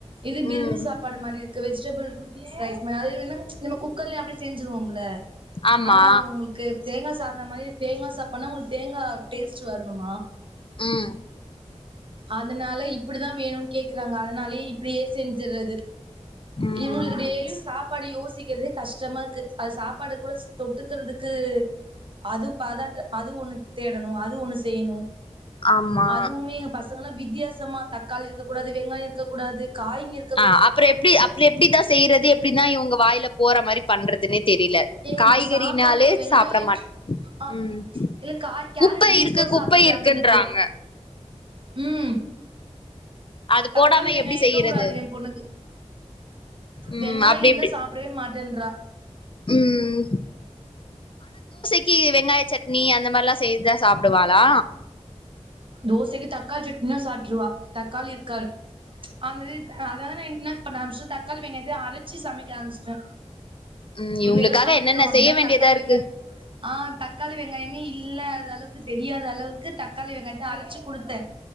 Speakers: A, on the right; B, on the left.
A: இது பிர்ணி
B: ம்
A: சாப்பாடு மாரி க்கு வெஜிடபிள் ஸ்லைஸ் மாரி அது வேணா நம்ம குக்கர்லயே அப்டியே செஞ்சிருவோம்ல
B: ஆமா
A: ஆனா அது உங்ளுக்கு தேங்கா சாதோ மாரி தேங்கா சாப்பாடுன்னா உங்ளுக்கு தேங் டேஸ்ட்டு வர்ணுமா
B: ம்
A: அதனால இப்டிதா வேணுன் கேக்குறாங்க அதனாலயே இப்டியே செஞ்சிர்றது
B: ம்
A: இவுங்ளுக்கு டெய்லியு சாப் சாப்பாடு யோசிக்கிறதே கஷ்டமாருக்கு அது சாப்பாடு கூட தொட்டுக்கறதுக்கு அது பாதாட்ட அது ஒண்ணு தேடணு அது ஒண்ணு செய்யணு
B: ஆமா
A: அதுவுமே எங்க பசங்கல்லா வித்தியாசமா தக்காளி இருக்கக் கூடாது வெங்காயோ இருக்கக் கூடாது காய்ங்க இருக்
B: ஆ அப்றோ எப்டி அப்றோ எப்டித்தா செய்றது எப்டித்தா இவங்க வாய்ல போற மாரி பண்றதுன்னே தெரில
A: இவுங்களுக்கு
B: காய்கறினாலே
A: சாப்பாடுல வெங்காயோ
B: சாப்ட மாட்டே
A: அ
B: ம்
A: இல்ல காய் கேரட்
B: குப்பை
A: பீன்ஸ்
B: இருக்கு
A: கூட
B: குப்பை
A: சாப்டுறாங்க
B: இருக்குன்றாங்க
A: இப்போ ம்
B: அது
A: தக்காளி
B: போடாம
A: வெங்காயோ‌
B: எப்டி
A: இருக்க
B: செய்யறது
A: கூடாது எ பொண்ணுக்கு
B: ம்
A: வெங்காயோ
B: அப்டி
A: இருந்தா
B: இப்டி
A: சாப் ப்டே மாட்டேன்றா
B: ம் க்கி வெங்காய சட்னி அந்த மாரில்லா செய்தா சாப்டுவாளா
A: தோசக்கி தக்காளி சட்னினா சாப்டுருவா தக்காளி இருக்காரு அந்மேரி அதாது நா என்ன பண்ண ஆரமிச்சே தக்காளி வெங்காயத்த அரச்சு சமைக்க ஆரம்பிச்ட்டே
B: ம் இவுங்களுக்காக
A: இப்ப எதோ சமைக்கிறோ
B: என்னென்ன
A: அப்டின்னா
B: செய்ய வேண்டியதா
A: தக்காளி
B: இருக்கு
A: வெங்க ஆ தக்காளி வெங்காயமே இல்லாதளவுக்கு தெரியாதளவுக்கு தக்காளி வெங்காய அரச்சு குடுத்தே